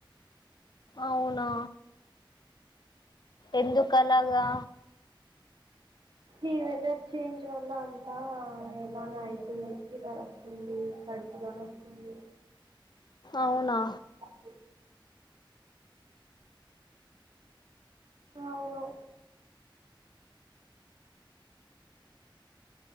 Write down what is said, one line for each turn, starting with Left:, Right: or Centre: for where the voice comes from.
Left: అవునా ఎందు కలాగా
Right: ఈ వెదర్ చేంజ్ వల్ల అంతా ఎలానే అవుతుంది ఫదర్ వస్తుంది కడుపుగాని వస్తుంది
Left: అవునా
Right: అబ అవున